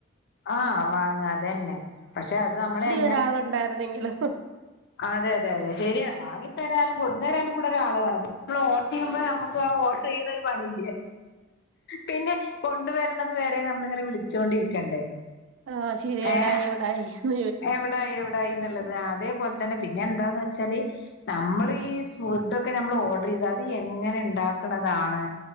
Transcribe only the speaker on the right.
ഒരാളുണ്ടായിരുന്നെങ്കിലോ
ആഹ് ശരി എവിടായി
എവിടായി ഹ്